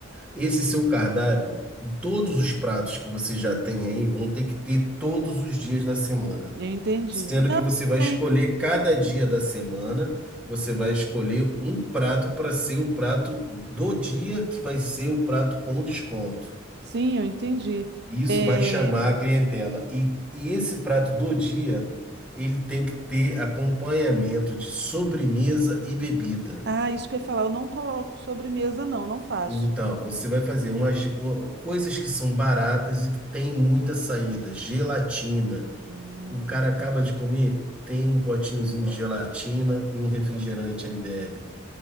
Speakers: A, in the centre; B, on the right.
A: Esse seu cardápio, todos os pratos que você já tem aí vão ter que ter todos os dias da semana
B: Eu entendi.
A: sendo
B: Não,
A: que você vai
B: tem.
A: escolher cada dia da semana, você vai escolher um prato para ser o prato do dia, que vai ser o prato com desconto.
B: Sim, eu entendi.
A: E Isso
B: É...
A: vai chamar a clientela. E, e esse prato do dia, ele tem que ter acompanhamento de sobremesa e bebida.
B: Ah, isso que eu ia falar, eu não coloco sobremesa, não, não faço.
A: Então, você vai fazer umas, ge- uma- coisas que são baratas e que tem muita saída, gelatina.
B: Hum.
A: O cara acaba de comer, tem um potinhozinho de gelatina e um refrigerante ele bebe,